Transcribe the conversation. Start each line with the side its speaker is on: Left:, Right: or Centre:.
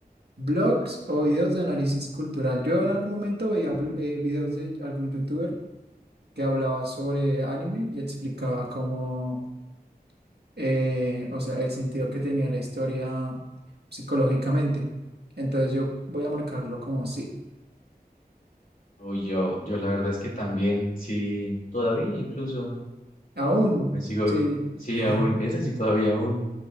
Right: Blogs o videos de análisis cultural. Yo en algún momento veía bl- eh, videos de algún youtuber que hablaba sobre anime y explicaba cómo eh, o sea, el sentido que tenía la historia psicológicamente. Entonces yo voy a marcarlo como sí,
Left: O yo, yo la verdad es que también, sí, todavía incluso
Right: aún
Left: me sigo,
Right: sí.
Left: sí,
Right: <laughs>
Left: aún, esa sí todavía aún,